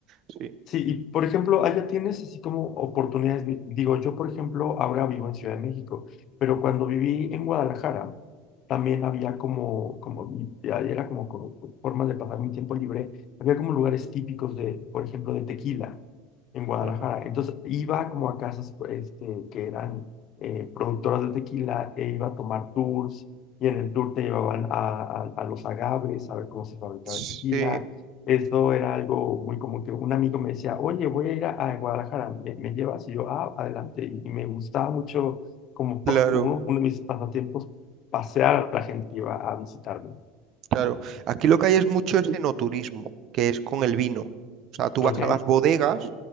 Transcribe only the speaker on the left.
Sí, y por ejemplo, allá tienes así como oportunidades. di- Digo, yo por ejemplo ahora vivo en Ciudad de México, pero cuando viví en Guadalajara también había como, como, ya era como, como formas de pasar mi tiempo libre. Había como lugares típicos de, por ejemplo, de tequila en Guadalajara.
Entonces iba como a casas este, que eran eh, productoras de tequila e iba a tomar tours y en el tour te llevaban a, a, a los agaves, a ver cómo se fabricaba
el tequila Eso era algo muy común que un amigo me decía, oye, voy a ir a, a Guadalajara, ¿me, me llevas? Y yo, ah, adelante. Y, y me gustaba mucho, como
pa- uno, uno de mis pasatiempos, pasear a la gente que iba a visitarme.
¿Ok?